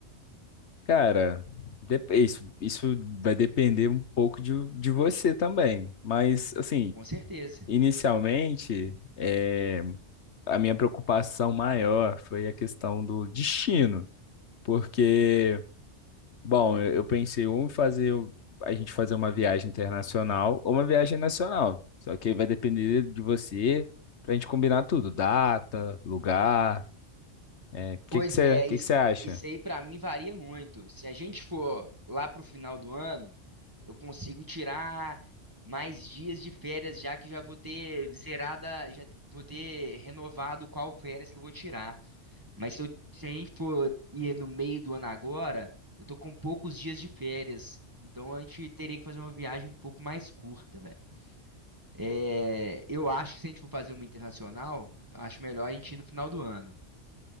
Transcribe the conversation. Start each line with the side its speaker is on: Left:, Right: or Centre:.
Left: Cara, dep- isso, isso vai depender um pouco de, de você também. Mas, assim,
Right: Com certeza.
Left: inicialmente, é, a minha preocupação maior foi a questão do destino. Porque Bom, eu eu pensei ou em fazer o- a gente fazer uma viagem internacional ou uma viagem nacional. Só que vai depender de você pra gente combinar tudo, data, lugar. O que
Right: Pois
Left: que você,
Right: é,
Left: que
Right: isso,
Left: que você acha?
Right: isso aí pra mim varia muito. Se a gente for lá pro final do ano, eu consigo tirar mais dias de férias, já que já vou ter zerada, já vou ter renovado qual férias que eu vou tirar. Mas se, eu- se a gente for ir no meio do ano agora, eu tô com poucos dias de férias. Então a gente teria que fazer uma viagem um pouco mais curta, velho. É, eu acho que se a gente for fazer uma internacional, eu acho melhor a gente ir no final do ano.